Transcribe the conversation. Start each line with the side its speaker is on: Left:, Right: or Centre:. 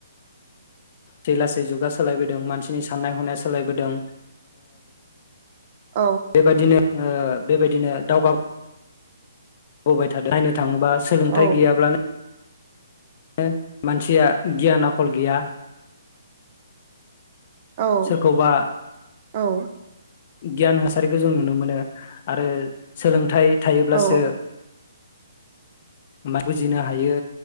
Left: जै लासै जुगा सोलायबोदों मानसिनि साननाय हनाय सोलायबोदों।
Right: औ
Left: बेबायदिनो ओ बेबायदिनो दावगाब बाय थादों ना थांबा सोलोंथाइ
Right: औ
Left: गैयाब्लानो- मानसिया गियान आखल गैया।
Right: औ
Left: सोरखौबा
Right: औ
Left: गियान हासारिखौ जों नुनो मोनो आरो सोलोंथाइ थायोब्लासो
Right: औ
Left: मा बुजिनो हायो